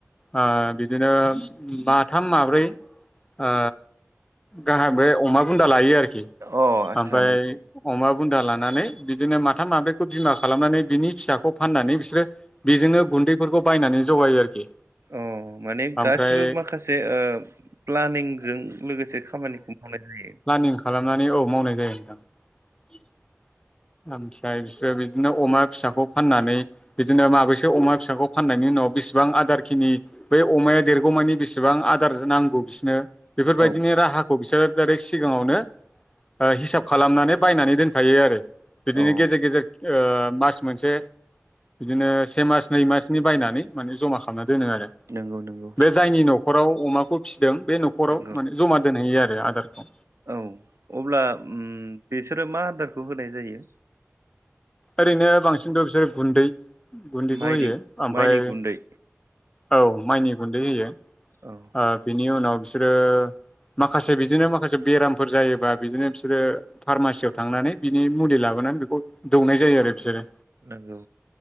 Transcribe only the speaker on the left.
ओ बिदिनो बाथाम माब्रै ओ गाहाम बे अमा बुन लायो आरोखि
ओमफाय
बुन्दा लानानै बिदिनो माथाम माब्रैखौ बिमा खालामनानै बिनि फिसाखौ फाननानै बिसोरो बेजोंनो गुन्दैफोरखौ बायनानै जगायो आरोखि
ओमफ्राय
फ्लानिङ खालाम म औ मावनाय जायो नोंथां <unintelligible> ओमफ्राय बिसोरो बिदिनो अमा फिसाखौ फाननानै बिदिनो माबैसेअमा फिसाखौ फाननायनि उनाव बेसेबां आदारखिनि बै अमाया देरगौमानि बेसेबां आदार नांगौ बिसनो बेफोरबायदिनो
राहाखौ खौ बिसोरो आरै सिगाङावनो हिसाब खालामनानै बायनानै दोनखायो आरो बिदिनो
गेजेर गेजेर ओ मास मोनसे बिदिनो से मास नै मासनि बायनानै माने जमा खालामनानै दोनो आरो
बे जायनि नखराव अमाखौ बे नखराव
माने जमा दोनहैयो आरो आदारखौ
ओरैनो बांसिनथ बिसोर गुन्दै गुन्दैखौ
होयो ओमफ्राय
औ माइनि गुन्दै दै होयो आ
बिनि उनाव बिसोरो माखासे बिदिनो माखासे बेरामफोर जायोबा बिदिनो बिसोरो फार्मासियाव थांनानै बिनि मुलि लाबोनानै बेखौ दौनाय जायो आरो बिसोरो